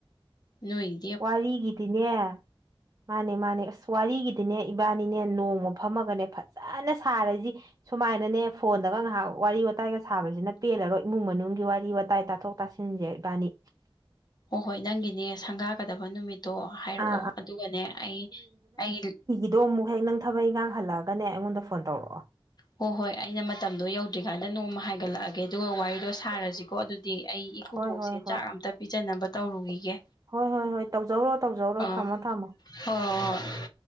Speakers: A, on the left; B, on the right.
A: ꯅꯣꯏ
B: ꯋꯥꯔꯤꯒꯤꯗꯤꯅꯦ ꯃꯥꯅꯦ ꯃꯥꯅꯦ ꯑꯁ ꯋꯥꯔꯤꯒꯤꯗꯤꯅꯦ ꯏꯕꯥꯅꯤꯅꯦ ꯅꯣꯡꯃ ꯐꯝꯃꯒꯅꯦ ꯐꯖꯅ ꯁꯥꯔꯁꯤ ꯁꯨꯃꯥꯏꯅꯅꯦ ꯐꯣꯟꯗꯒ ꯉꯥꯏꯍꯥꯛ ꯋꯥꯔꯤ ꯋꯥꯇꯥꯏꯒ ꯁꯥꯕꯁꯤꯅ ꯄꯦꯜꯂꯔꯣꯏ ꯏꯃꯨꯡ ꯃꯅꯨꯡꯒꯤ ꯋꯥꯔꯤ ꯋꯥꯇꯥꯏ ꯇꯥꯊꯣꯛ ꯄꯁꯤꯅꯤꯖꯦꯕꯥꯅꯤ
A: ꯍꯣꯏ ꯍꯣꯏ ꯅꯪꯒꯤꯅꯦ ꯁꯪꯒꯥꯒꯗꯕ ꯅꯨꯃꯤꯠꯇꯣ ꯍꯥꯏꯔꯛꯑꯣ
B: ꯑꯥ ꯑꯥ
A: ꯑꯗꯨꯒꯅꯦ ꯑꯩ ꯑꯩ
B: ꯑꯗꯣ ꯑꯃꯨꯛ ꯍꯦꯛ ꯅꯪ ꯊꯕꯛ ꯏ ꯉꯥꯡ ꯍꯜꯂꯛꯑꯒꯅꯦ ꯑꯩꯉꯣꯟꯗ ꯐꯣꯟ ꯇꯧꯔꯛꯑꯣ
A: ꯍꯣꯏ ꯍꯣꯏ ꯑꯩꯅ ꯃꯇꯝꯗꯣ ꯌꯧꯗ꯭ꯔꯤꯀꯥꯟꯗ ꯅꯣꯡꯃ ꯍꯥꯏꯒꯠꯂꯛꯑꯒꯦ ꯑꯗꯨꯒ ꯋꯥꯔꯤꯗꯣ ꯁꯥꯔꯁꯤꯀꯣ ꯑꯗꯨꯗꯤ ꯑꯩ ꯏ ꯈꯨꯕꯣꯛꯁꯦ
B: ꯍꯣꯏ ꯍꯣꯏ ꯍꯣꯏ
A: ꯆꯥꯛ ꯑꯝꯇ ꯄꯤꯖꯅꯕ ꯇꯧꯔꯨꯈꯤꯒꯦ
B: ꯍꯣꯏ ꯍꯣꯏ ꯍꯣꯏ ꯇꯧꯖꯧꯔꯣ ꯇꯧꯖꯧꯔꯣ
A: ꯑꯥ
B: ꯊꯝꯃꯣ ꯊꯝꯃꯣ
A: ꯍꯣꯏ ꯍꯣꯏ